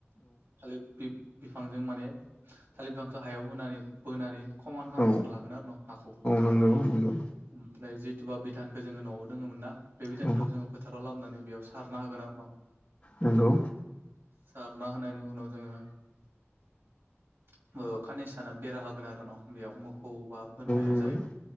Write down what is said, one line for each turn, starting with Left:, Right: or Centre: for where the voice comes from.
Right: खालि बि बिफांजों माने थालिर बिफांखौ हायाव होनानै बोनानै खमान खालामनानानै
Left: औ
Right: लागोन आरो न हाखौ
Left: नंगौ औ
Right: ओमफ्राय जिथुबा बिधानखौो जोङो न'आव दोङोमोन नना बे बिधानखौ
Left: औ
Right: जोङो फोथाराव लाबोनानै बेयाव सारना होगोन आरो न
Left: नोंगौ
Right: सारना होनायनि उनाव जोङो <inaudible> ओ खाननैसो थाना बेरा होगोन आरो न' बेयाव मोखौ बा बोरमाया
Left: नंगौ
Right: जाहैनो